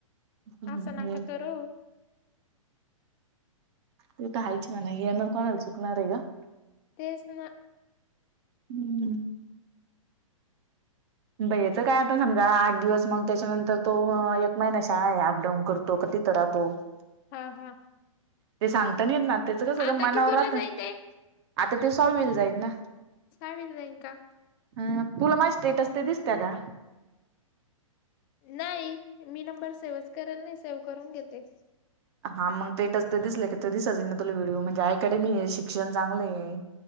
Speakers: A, on the right; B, on the left.
A: काय
B: असं नका करू.
A: ते तर हायच म्हणाय येणार कोणाल चुकणार आहे का.
B: तेच ना.
A: हम्म. भैयाचं काय आता समजा आठ दिवस मग त्याच्यानंतर तो एक महिना शाळा आहे अप-डाऊन करतो का तिथं राहतो. <inaudible>
B: हा हा.
A: ते सांगता नाही येत ना त्याच कसं गं
B: आता
A: मनावर
B: कितवीला
A: राहतं.
B: जाईन ते
A: आता ते साहवीला जाईन ना.
B: सहाविला जाईन का?
A: हम्म तुला माझी स्टेटस ते दिसते का?
B: नाही मी नंबर सेव्हच करेल नाही सेव्ह करून घेते.
A: हा मग ते स्टेटस ते दिसले क ते दिसच ही ना तुला व्हिडिओ म्हणजे अकॅडमी आहे शिक्षण चांगलं आहे.